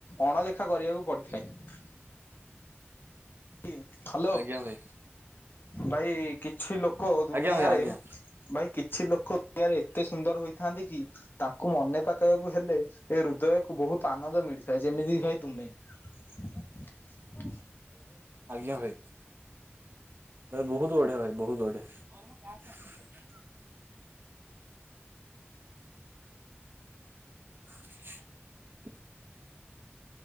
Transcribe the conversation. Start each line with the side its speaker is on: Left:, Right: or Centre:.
Left: ଅଣଦେଖା କରିବାକୁ ପଡିଥାଏ। କି ହ୍ୟାଲୋ
Right: ଆଜ୍ଞା ଭାଇ
Left: ଭାଇ। କିଛି ଲୋକ ଦୁନିଆରେ
Right: ଆଜ୍ଞା ଭାଇ ଆଜ୍ଞା
Left: ଭାଇ କିଛି ଲୋକ ଦୁନିଆରେ ଏତେ ସୁନ୍ଦର ହୋଇଥାନ୍ତି କି? ତାଙ୍କୁ ମନେ ପକେଇବାକୁ ହେଲେ ଏ ହୃଦୟକୁ ବହୁତ ଆନନ୍ଦ ମିଳିଥାଏ। ଯେମିତି ଭାଇ ତୁମେ ହ
Right: ଆଜ୍ଞା ଭାଇ ଭାଇ ବହୁତ ବଢିଆ, ଭାଇ ବହୁତ ବଢ଼ିଆ <inaudible> <inaudible>